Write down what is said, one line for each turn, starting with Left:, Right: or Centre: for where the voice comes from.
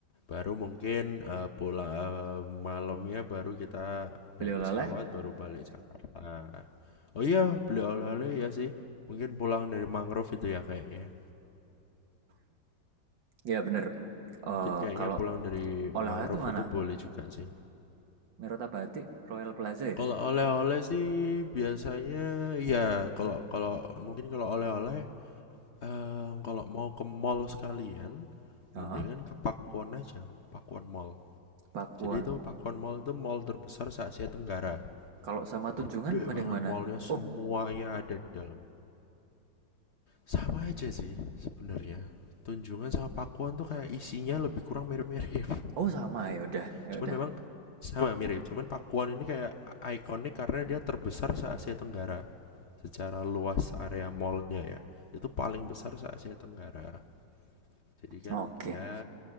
Left: Baru mungkin, eee, pulang eee, malamnya baru kita naik
Right: beli oleh-oleh?
Left: pesawat, baru balik Jakarta. Oh iya, beli oleh-oleh ya sih, mungkin pulang dari mangrove itu ya kayaknya.
Right: Ya, bener. Eh,
Left: Mungkin kayaknya
Right: kalau
Left: pulang dari
Right: oleh-oleh
Left: mangrove
Right: tuh mana?
Left: itu boleh juga sih.
Right: Merota Batik, Royal Plaza ya?
Left: Kalau oleh-oleh sih biasanya ya kalau kalau mungkin kalau oleh-oleh, eee, kalau mau ke mall sekalian,
Right: Oh,
Left: mendingan ke Pakuwon aja, Pakuwon Mall.
Right: Pakuan
Left: Jadi itu Pakuwon Mall itu mall terbesar se-Asia Tenggara.
Right: Kalau sama tunjungan
Left: gede
Right: mending
Left: banget
Right: mana?
Left: mallnya semuanya
Right: Oh,
Left: ada di dalam sama aja sih sebenarnya Tunjungan sama Pakuan tuh kayak isinya lebih kurang mirip-mirip
Right: oh sama ya udah,
Left: <laughs>
Right: ya
Left: cuman
Right: udah.
Left: memang sama mirip cuman Pakuan ini kayak ikonik karena dia terbesar se Asia Tenggara secara luas area mallnya ya itu paling besar se Asia Tenggara Jadi kan
Right: Oke.
Left: ya